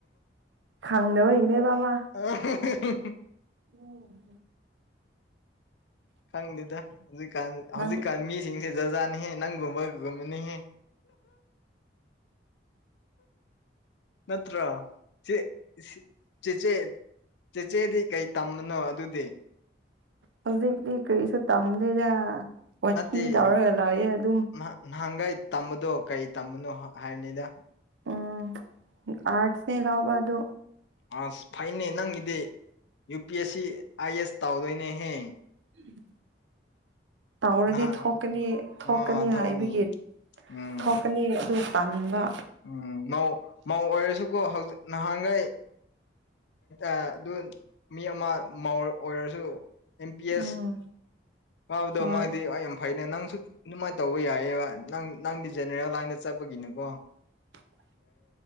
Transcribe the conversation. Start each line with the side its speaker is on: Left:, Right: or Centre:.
Right: ꯈꯪꯗꯕꯩꯒꯤꯅꯦ ꯃꯥ
Left: ꯑꯥ ꯍꯦ ꯍꯦ ꯍꯦ
Right: ꯎꯝ
Left: ꯈꯪꯗꯦꯗ ꯍꯧꯖꯤꯛꯀꯥꯟ ꯍꯧꯖꯤꯛꯀꯥꯟ
Right: ꯅꯪ
Left: ꯃꯤꯁꯤꯡꯁꯦ ꯖꯥꯠ ꯖꯥꯠꯅꯤꯍꯦ ꯅꯪꯒꯨꯝꯕ ꯒꯨꯝꯕꯅꯤꯍꯦ ꯅꯠꯇ꯭ꯔꯣ ꯆꯦꯆꯦ ꯆꯦꯆꯦꯗꯤ ꯀꯩ ꯇꯝꯕꯅꯣ ꯑꯗꯨꯗꯤ
Right: ꯍꯧꯖꯤꯛꯇꯤ ꯀꯔꯤꯁꯨ ꯇꯝꯗꯦꯗ ꯋꯥꯊꯤ
Left: ꯅꯠꯇꯦ
Right: ꯇꯥꯎꯔꯒ ꯂꯩꯑꯦ ꯑꯗꯨꯝ
Left: ꯅꯍ- ꯅꯍꯥꯟꯒꯩ ꯇꯝꯕꯗꯣ ꯀꯔꯤ ꯇꯝꯕꯅꯣ ꯍꯥꯏꯕꯅꯤꯗ
Right: ꯎꯝ ꯑꯥꯁ ꯁꯦ ꯂꯥꯎꯕ ꯑꯗꯨ
Left: ꯑꯥꯁ ꯐꯩꯅꯦ ꯅꯪꯒꯤꯗꯤ U P S C I ꯑꯦꯁ ꯇꯧꯗꯣꯏꯅꯦꯍꯦ
Right: ꯎꯝ ꯇꯧꯔꯗꯤ
Left: ꯅꯍꯥꯟ
Right: ꯊꯣꯛꯀꯅꯤ ꯊꯣꯛꯀꯅꯤ
Left: ꯑꯥ ꯊꯧꯅꯤ
Right: ꯍꯥꯏꯕꯒꯤ
Left: ꯎꯝ
Right: ꯊꯣꯛꯀꯅꯤ ꯑꯗꯨ ꯇꯥꯟꯕ
Left: ꯎꯝ ꯃꯧ ꯃꯧ ꯑꯣꯏꯔꯁꯨꯀꯣ ꯍꯧꯖꯤꯛ ꯅꯍꯥꯟꯈꯩ ꯑꯗꯨ ꯃꯤ ꯑꯃ ꯑꯣꯏꯔꯁꯨ ꯑꯦꯝ ꯄꯤ ꯑꯦꯁ
Right: ꯎꯝ
Left: ꯐꯥꯎꯕꯗꯣ
Right: ꯍꯣꯏ
Left: ꯃꯥꯗꯤ ꯌꯥꯝ ꯐꯩꯅꯦ ꯅꯪꯁꯨ ꯑꯗꯨꯃꯥꯏꯅ ꯇꯧꯕ ꯌꯥꯏꯌꯦꯕ ꯅꯪ ꯅꯪꯗꯤ ꯖꯦꯅꯦꯔꯦꯜ ꯂꯥꯏꯟꯗ ꯆꯠꯄꯒꯤꯅꯦꯀꯣ
Right: <inaudible>